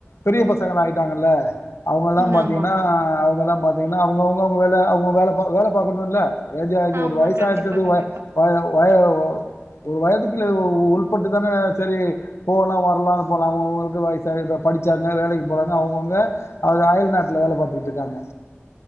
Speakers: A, on the left (about 85°); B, on the right (about 85°).
A: பெரிய பசங்களா ஆயிட்டாங்கல்ல அவுங்க எல்லாம்
B: ம்
A: பாத்தீங்கன்னா
B: ஆமா ஆமா
A: அவங்கெலாம் பாத்தீங்கன்னா அவுங்க அவுங்க வேலை அவுங்க வேலை வேலை பாக்கணுமில்ல ஏஜ் ஆயிருச்சு
B: ஆமா
A: ஒரு வயசாயிருச்சுது
B: கண்டிப்பா கண்டிப்பா
A: வாயா வய <unintelligible> ஒரு வயதுக்குள்ள இது ஒரு உ பட்டு தானே சரி போகலாம் வரலாம்னு போலம் உங்களுக்கும் வயசாகது படிச்சாங்க வேலைக்கு போறாங்க அவங்கவுங்க அவுங்க அயல் நாட்டுல வேலை பாத்துகிட்டு இருக்காங்க